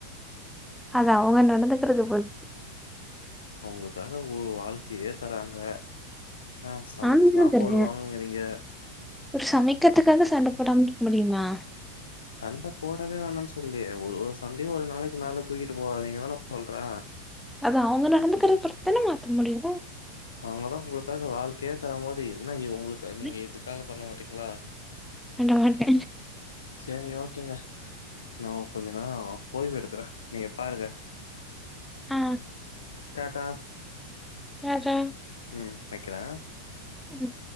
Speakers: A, in the centre; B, on the left.
A: அது அவங்க நடந்துக்கிறத பொருத்து
B: உங்களுக்காக ஓ வாழ்க்கயே தராங்க ச சமச்சில்லா
A: நானும் தான தரேன்
B: போடுவாங்கங்கிறீங்க
A: ஒரு சமக்கிறதுக்காக சண்டப்போடாம இருக்க முடியுமா
B: சண்ட போடவே வேணான்னு சொல்லயே ஒரு சண்டய ஒரு நாளக்கு மேல தூக்கிட்டு போகாதீங்கதான சொல்றே
A: அது அவுங்க நடந்துக்கிற பொறுத்து தான மாத்த முடியு
B: அவுங்கதா உங்களுகாக வாழ்க்கயே தரம் போது என்ன இவங் உங்களு நீங்க
A: அது
B: இதுக்காக பண்ண மாட்டீங்ளா
A: பண்ண மாட்ட
B: சேரி ஓக்கேங்க நாம்ம கொஞ்ச நேரோ ஓய்வு எடுக்குற நீங்க பாருங்க
A: ஆ
B: டாடா
A: டா டா
B: ம் வெக்குறே
A: ம்